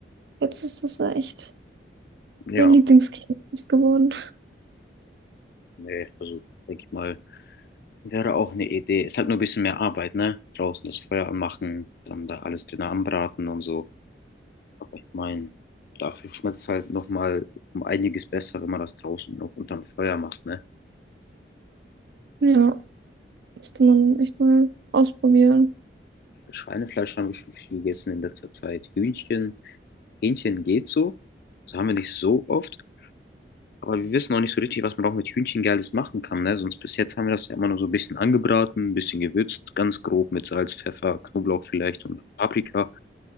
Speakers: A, on the right; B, on the left.
A: Jetzt ist das ja echt
B: Ja,
A: mein Lieblingskäse geworden.
B: nee, also denke ich mal, wäre auch eine Idee. Ist halt nur ein bisschen mehr Arbeit, ne? Draußen das Feuer anmachen, dann da alles drin anbraten und so. Aber ich meine, dafür schmeckt es halt nochmal um einiges besser, wenn man das draußen noch unterm Feuer macht, ne?
A: Ja, müsste man echt mal ausprobieren.
B: Schweinefleisch haben wir schon viel gegessen in letzter Zeit. Hühnchen. Hähnchen geht so. Das haben wir nicht so oft. Aber wir wissen auch nicht so richtig, was man auch mit Hühnchen Geiles machen kann. Ne? Sonst bis jetzt haben wir das ja immer nur so ein bisschen angebraten, ein bisschen gewürzt, ganz grob mit Salz, Pfeffer, Knoblauch vielleicht und Paprika.